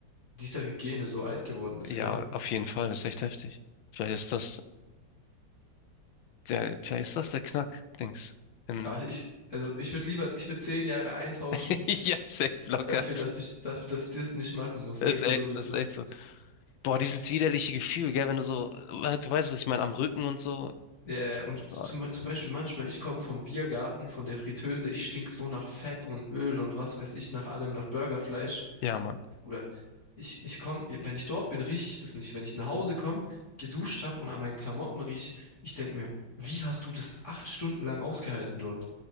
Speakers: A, on the left; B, on the left.
A: dieser Hygiene so alt geworden ist,
B: Ja,
A: gell?
B: auf jeden Fall. Das ist echt heftig. Vielleicht ist das der, vielleicht ist das der Knack-Dings. Im-
A: Aber ich, also ich würde lieber, ich würde zehn Jahre eintauschen
B: <laughs> Ja, safe locker.
A: dafür, dass ich, dafür, dass ich das nicht machen muss,
B: Ist
A: sage ich dir
B: echt,
A: so, wie es
B: das
A: ist.
B: ist echt so. Boah, dieses widerliche Gefühl, gell, wenn du so, äh, du weißt, was ich meine, am Rücken und so.
A: Ja, ja, und
B: Oh,
A: zum, zum Beispiel manchmal, ich komme vom Biergarten, von der Friteuse, ich stink so nach Fett und Öl und was weiß ich, nach allem, nach Burgerfleisch.
B: Ja, Mann.
A: Bruder, ich, ich komme, wenn ich dort bin, rieche ich das nicht. Wenn ich nach Hause komme, geduscht habe und an meinen Klamotten riech, ich denke mir, wie hast du das acht Stunden lang ausgehalten dort?